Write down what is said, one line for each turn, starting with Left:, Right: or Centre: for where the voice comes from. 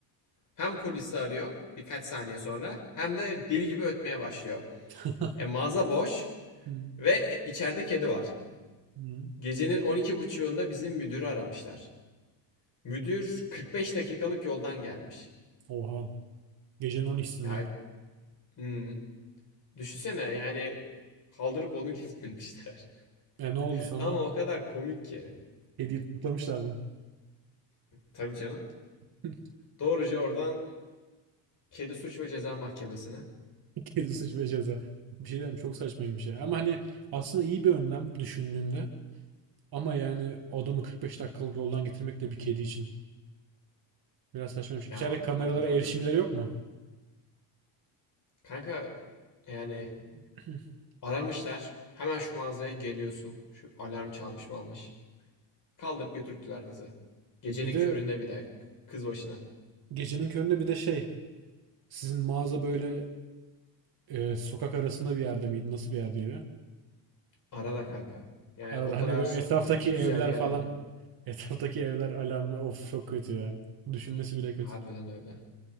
Left: Hem polisi arıyor birkaç saniye sonra hem de deli gibi ötmeye başlıyor.
Right: <laughs>
Left: E, mağaza boş
Right: Hı,
Left: ve e, içeride kedi var.
Right: hı.
Left: Gecenin 12.30'unda bizim müdürü aramışlar. Müdür 45 dakikalık yoldan gelmiş.
Right: Oha. Gecenin 12'sinde.
Left: Ya hmm, düşünsene yani kaldırıp onu getirmişler.
Right: E ne oldu
Left: <laughs>
Right: sana?
Left: Ama o kadar komik ki.
Right: Kediyi tutuklamışlar mı?
Left: Tabii canım.
Right: <laughs>
Left: Doğruca oradan Kedi Suç ve Ceza Mahkemesi'ne.
Right: Kedi suç ve ceza. Bir şey diyeyim çok saçmaymış ya. Ama hani aslında iyi bir önlem düşündüğünde. Ama yani adamı 45 dakikalık yoldan getirmek de bir kedi için. Biraz saçmaymış.
Left: Ya
Right: İçeride kameralara
Left: harbiden.
Right: erişimleri yok mu?
Left: Kanka yani
Right: <clears throat>
Left: aramışlar. Hemen şu mağazaya geliyorsun. Şu alarm çalmış mı almış. Kaldırıp götürttüler kızı. Gecenin
Right: Bir de
Left: köründe bir de kız başına.
Right: gecenin köründe bir de şey sizin mağaza böyle e, sokak arasında bir yerde miydi? Nasıl bir yerdeydi?
Left: Arada kanka. Yani
Right: Arada
Left: o kadar
Right: hani böyle etraftaki
Left: güzel
Right: evler
Left: bir yerde
Right: falan
Left: değil.
Right: <laughs> etraftaki evler alarmı of çok kötü ya. Düşünmesi bile kötü.
Left: Harbiden öyle.